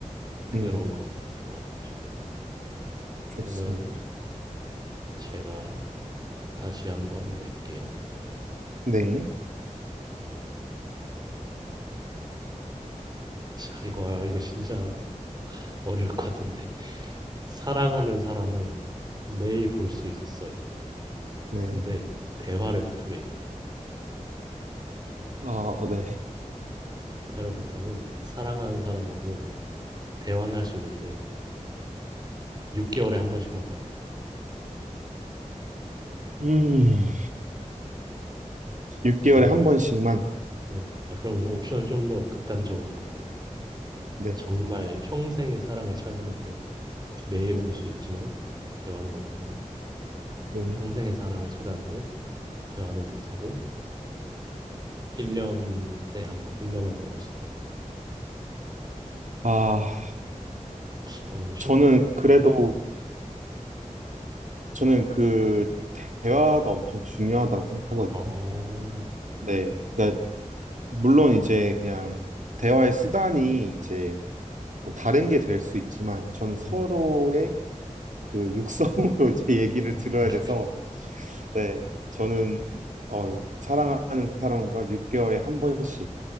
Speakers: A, on the right; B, on the right.
A: 그런
B: 음,
A: 거로 하고 싶어요.
B: 좋습니다.
A: 그러면 제가 다시 한번 낼게요.
B: 네,
A: 자, 이거, 아, 이거 진짜 어려울 것 같은데. <laughs> 사랑하는 사람을 매일 볼 수 있어요.
B: 네.
A: 근데 대화를 못 합니다.
B: 어, 네.
A: 대화를 못 하고 사랑하는 사람하고 대화는 할 수 있는데 6개월에 한 번씩만 봐야 돼요.
B: 음, 6개월에
A: 정말.
B: 한 번씩만.
A: 네. 아, 그러면 옵션을 좀 더 극단적으로 가볼게요.
B: 네,
A: 정말 평생의 사랑을 찾았는데 매일
B: 네,
A: 볼 수 있지만 대화는 못 한다.
B: 네.
A: 평생의 사랑을 찾았는데 대화는 못 하고 1년에 한 번, 1년에 한 번 볼 수 있다.
B: 아,
A: 어, 너무 쉬운가?
B: 저는 그래도
A: 네.
B: 저는 그 대화가 엄청 중요하다고 생각하거든요.
A: 어.
B: 네. 그러니까 물론 이제 그냥 대화의 수단이 이제 뭐 다른 게 될 수 있지만 저는
A: 네.
B: 서로의 그 육성으로 <laughs> 이제 얘기를
A: 아.
B: 들어야
A: <laughs>
B: 돼서 네. 저는 어, 사랑하는 사람과 6개월에 한 번씩